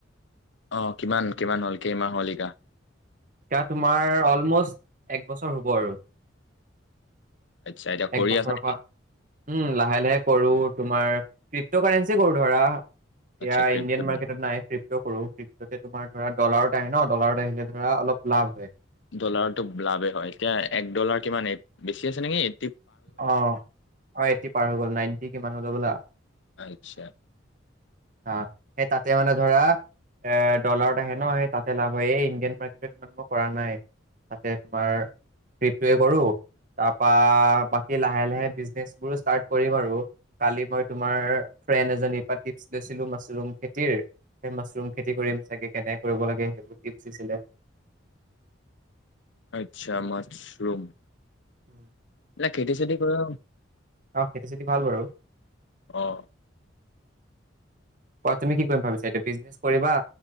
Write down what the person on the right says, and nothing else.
শিকা তোমাৰ অলম'ষ্ট একবছৰ হ'ব আৰু
একবছৰৰ
পৰা উম লাহে লাহে কৰো। তোমাৰ টিপকাৰঞ্চি কৰো ধৰা। এতিয়া
ইণ্ডিয়ান মাৰ্কেটত নাই ফ্ৰি সৰু তোমাৰ ধৰা ডলাৰৰ আহে ন ডলাৰ আহিলে ধৰা অলপ। হয়।
অ অ এটি পাৰ হৈ গল নাইনটি। কিমান <unintelligible>
অ সেই তাতে মানে ধৰা এ ডলাৰত আহে ন সেই তাতে লাভ হয় এই ইণ্ডিয়ান মাৰ্কেটত ইমান ম কৰা নাই তাতে তোমাৰ প্ৰিপেয়াৰ কৰো তাৰপা বাকী লাহে লাহে বিজনেচবোৰো ষ্টাৰ্ট কৰিম আৰু কালি মই তোমাৰ ফ্ৰেণ্ড এজনীৰ পৰা টিপছ লৈছিলো মাছৰুম খেতিৰ সেই মাছৰুম খেতি কৰিম চাগে কেনে কৰিব লাগে সেইবোৰ টিপছ দিছিলে।
উম <unintelligible>
অ খেতি চেতি ভাল বাৰু
কোৱা তুমি কি কৰিম ভাবিছা এইটো বিজনেচ কৰিবা